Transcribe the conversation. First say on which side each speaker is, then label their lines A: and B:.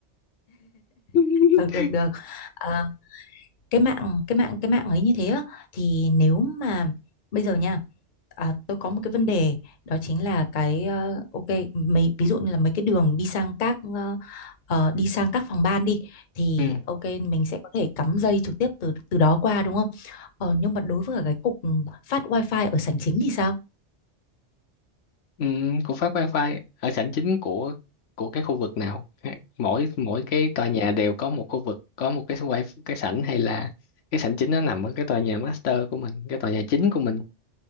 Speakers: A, on the left; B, on the left.
A: <laughs>
B: được được được Ờ, cái mạng cái mạng cái mạng ấy như thế á, thì nếu mà bây giờ nha À, tôi có một cái vấn đề đó chính là cái ờ, ok mấy ví dụ như là mấy cái đường đi sang các ờ, ờ, đi sang các phòng ban đi thì
A: ừ.
B: ok mình sẽ có thể cắm dây trực tiếp từ từ đó qua đúng không? Ờ, nhưng mà đối với cả cái cục phát wifi ở sảnh chính thì sao?
A: ừ. của phát wifi ở sảnh chính của của cái khu vực nào mỗi mỗi cái tòa nhà đều có một khu vực có một cái wifi cái sảnh hay là cái sảnh chính nó nằm ở cái tòa nhà master của mình cái tòa nhà chính của mình